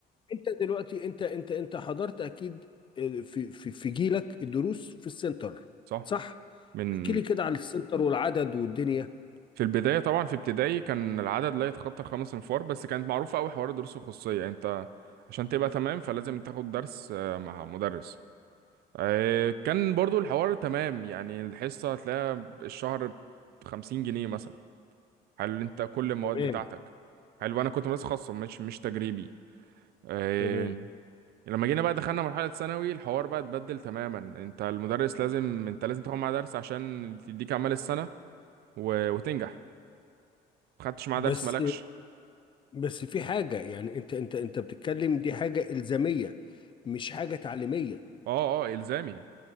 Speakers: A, on the left (about 30°); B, on the right (about 70°).
A: انت دلوقتي انت انت انت حضرت اكيد آه، في في في جيلك الدروس في السنتر
B: صح
A: صح
B: من
A: احكي لي كده على السنتر والعدد والدنيا
B: في البداية طبعا في ابتدائي كان العدد لا يتخطى الخمس انفار بس كانت معروفة أوي حوار الدروس الخصوصية يعني انت عشان تبقى تمام فلازم تاخد درس آه، مع مدرس آه، كان برضو الحوار تمام يعني الحصة هتلاقيها الشهر بخمسين جنيه مثلا حلو انت كل المواد
A: تمام
B: بتاعتك حلو انا كنت مدرسة خاصة مش مش تجريبي آه،
A: تمام
B: لما جينا بقى دخلنا مرحلة ثانوي الحوار بقى اتبدل تماما انت المدرس لازم انت لازم تاخد معاه درس عشان تديك اعمال السنة و- وتنجح خدتش معاه
A: بس
B: درس مالكش
A: بس في حاجة يعني انت انت انت بتتكلم دي حاجة إلزامية مش حاجة تعليمية
B: اه اه الزامي